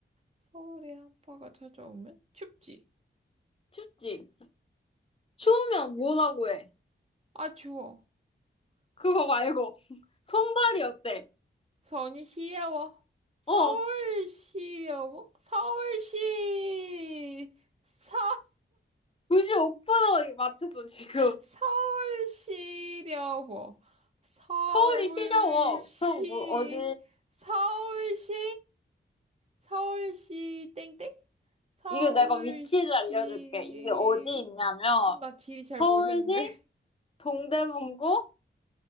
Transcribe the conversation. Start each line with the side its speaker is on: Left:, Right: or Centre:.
Right: 서울의 한파가 찾아오면 춥지.
Left: 춥지. 추우면 뭐라고 해?
Right: 아, 추워.
Left: 그거 말고 <laughs> 손발이 어때?
Right: 서울이 시려워. 서울
Left: 어,
Right: 시려워? 서울시 서
Left: 95% 맞췄어 지금.
Right: 서울시려고. 서울시,
Left: 서울이 시려워. 그럼 뭐 어디
Right: 서울시, 서울시, 땡땡? 서울시,
Left: 이거 내가 위치를 알려줄게. 이게 어디 있냐면
Right: 어, 나 지리 잘
Left: 서울시
Right: 모르는데. <laughs>
Left: 동대문구